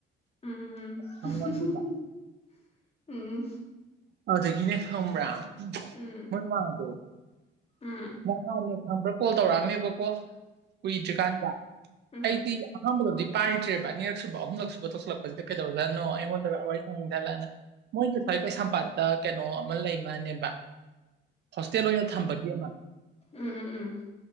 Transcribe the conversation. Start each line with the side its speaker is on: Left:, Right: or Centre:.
Left: ꯎꯝ
Right: ꯈꯪꯉꯝꯗꯦꯗ
Left: ꯎꯝ ꯎꯝ
Right: ꯑꯗꯨꯗꯒꯤꯅꯦ ꯈ꯭ꯔꯥ
Left: ꯎꯝ
Right: ꯉꯗꯣ
Left: ꯎꯝ ꯎꯝ
Right: ꯅ ꯈ ꯀꯣ ꯇꯧꯔꯝꯃꯤꯕꯣ ꯀꯏ ꯆꯀꯥꯟꯗꯥ
Left: ꯎꯝ ꯎꯝ ꯎꯝ
Right: ꯑꯩꯗꯤꯔꯣꯗꯤ ꯄꯥꯏꯗ꯭ꯔꯦꯕ ꯑꯅꯤꯔꯛꯁꯨꯕ ꯑꯍꯨꯝꯂꯛ ꯁꯕ ꯇꯧꯁꯤꯂꯛꯄꯁꯤ ꯀꯩꯗꯧꯔꯖꯥꯅꯣ ꯑꯩꯉꯣꯟꯗ ꯎꯝ ꯆꯂꯅꯦ ꯃꯣꯏ ꯈꯔꯦꯩꯁ ꯁꯝꯄꯥꯠ ꯗ ꯀꯩꯅꯣ ꯑꯃ ꯂꯩꯃꯅꯦꯕ ꯍꯣꯁꯇꯦꯜ ꯑꯣꯏꯅ ꯊꯝꯕꯒꯤ ꯑꯃ
Left: ꯎꯝ ꯎꯝ ꯎꯝ ꯎꯝ